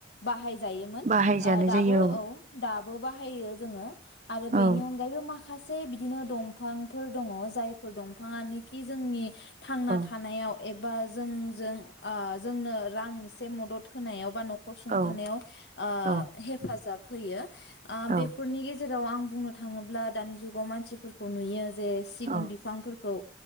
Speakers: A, on the left; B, on the right.
A: बाहाय जायोमोन
B: बाहायजानाय
A: ओ दाबो
B: जायो
A: औ दाबो बाह बाहायो जोङो आरो बेनि
B: औ
A: अनगायैबो माख माखासे बिदिनो दंफांफोर दङ जायफोर दंफाङानोखि जोंनि थांना
B: औ
A: थानायाव एबा बा जोंजों जोंनो रां एसे मदद होनायाव बा नख नखर सुंथानायाव
B: औ
A: ओ
B: औ
A: हेफाजाब होयो। ओ
B: औ
A: बेफोरनि गजेर जेराव आं बुंनो थाङोब्ला दानि जुगाव मानसिफोरखौ नुयो। जे सिगुन
B: औ
A: बिफांफोरखौ